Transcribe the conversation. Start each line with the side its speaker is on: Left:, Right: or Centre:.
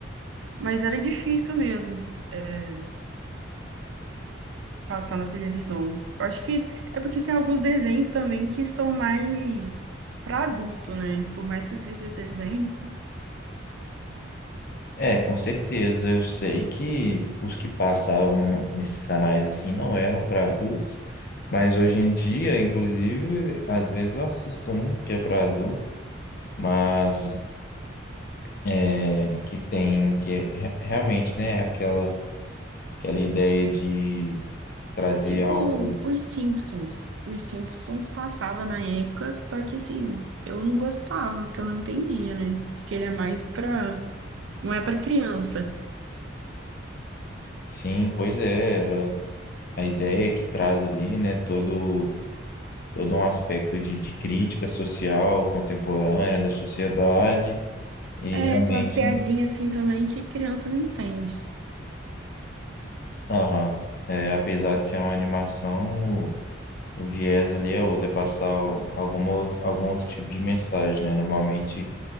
Right: Mas era difícil mesmo, é, passar na televisão. Acho que é porque tem alguns desenhos também que são mais para adulto, né? Por mais que seja desenho,
Left: É, com certeza. Eu sei que os que passavam no- nesses canais assim não eram para adultos, mas hoje em dia, inclusive, às vezes eu assisto um que é para adulto, mas
Right: assim,
Left: é, que tem que é, re- realmente, né, aquela aquela ideia de trazer
Right: Tipo,
Left: algo.
Right: os Simpsons. Os Simpsons passava na época, só que assim, eu não gostava, porque eu não entendia, né? Porque ele é mais pra. Não é pra criança.
Left: Sim, pois é, era. a ideia que traz ali, né, todo, todo um aspecto de, de crítica social contemporânea da sociedade e
Right: É,
Left: realmente,
Right: tem umas piadinhas assim também que criança não entende.
Left: aham, é, apesar de ser uma animação, o, o viés ali é outro, é passar o- alguma, ou- algum outro tipo de mensagem, né? Normalmente